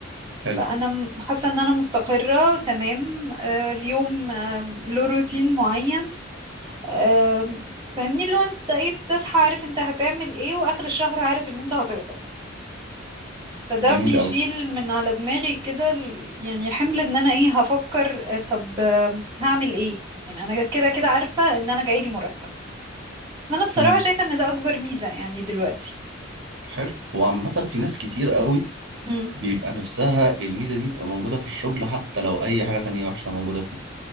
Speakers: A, on the right; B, on the right.
A: حلو
B: فانا م- حاسة ان انا مستقرة تمام آه، اليوم آه، له روتين معين آه، فاهمني اللي هو انت ايه بتصحى عارف انت هتعمل ايه واخر الشهر عارف ان انت هتقبض فده
A: جميل
B: بيشيل
A: قوي
B: من على دماغي كده ال- يعني حمل ان انا ايه هفكر آه، طب هعمل ايه يعني انا كده كده عارفة ان انا جايلي مرتب انا بصراحة
A: امم
B: شايفة ان ده اكبر ميزة يعني دلوقتي
A: حلو وعامة في ناس كتير قوي
B: امم
A: بيبقى نفسها الميزة دي تبقى موجودة في الشغل حتى لو أي حاجة تانية وحشة موجودة فيه